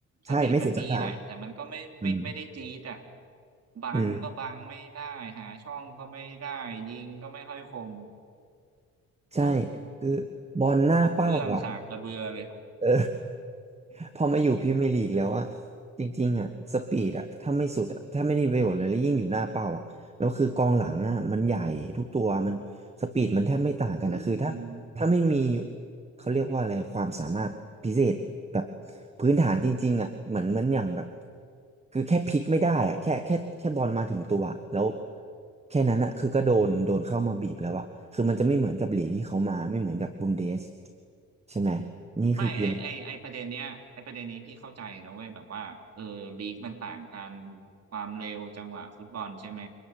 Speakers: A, on the right; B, on the right.
A: ใช่ไม่สุดสักทาง
B: สปีดมันมีแหละแต่มันก็ไม่ไม่ไม่ได้จี๊ดอ่ะ
A: อืม
B: บังก็บังไม่ได้หาช่องก็ไม่ได้ยิงก็ไม่ค่อยคม
A: อืมใช่คือบอลหน้าเป้าอ่ะ
B: เออครบเครื่องสากกระเบือเลย
A: เออ <laughs> พอมาอยู่พรีเมียร์ลีกแล้วอ่ะจริงๆอ่ะสปีดอ่ะถ้าไม่สุดอะถ้าไม่ได้ประโยชน์เลยแล้วยิ่งอยู่หน้าเป้าอ่ะแล้วคือกองหลังอ่ะมันใหญ่ทุกตัวมันสปีดมันแทบไม่ต่างกันนะคือถ้า
B: อืม
A: ถ้าไม่มีเขาเรียกว่าอะไรความสามารถพิเศษแบบพื้นฐานจริงๆอ่ะเหมือนมันอย่างแบบคือแค่พลิกไม่ได้อ่ะแค่แค่แค่บอลมาถึงตัวอะแล้วแค่นั้นอ่ะคือก็โดนโดนเข้ามาบีบแล้วอ่ะคือมันจะไม่เหมือนกับลีกที่เขามาไม่เหมือนกับบุนเดสใช่ไหมนี่คือเพียง
B: ไม่ไอไอไอประเด็นเนี้ยไอประเด็นนี้พี่เข้าใจนะเว้ยแบบว่าเออลีกมันต่างกันความเร็วจังหวะฟุตบอลใช่ไหม